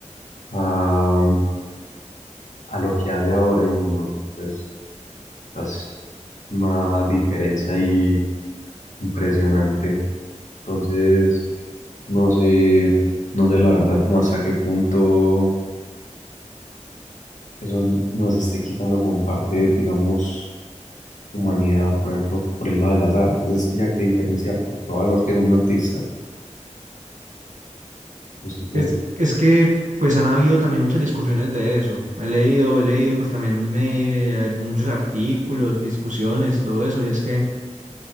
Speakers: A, on the left; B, on the right.
A: a, a lo que hace ahora y no, pues, es una diferencia ahí impresionante. Entonces, no sé, no sé la verdad como hasta qué punto eso nos esté quitando como parte, digamos, humanidad, por ejemplo, por el lado de las artes, es que ya qué diferencia o qué valor tiene un artista, no sé ustedes.
B: Es, es que pues han habido también muchas discusiones de eso. He leído, he leído pues también me, eh, muchos artículos, discusiones, todo eso, y es que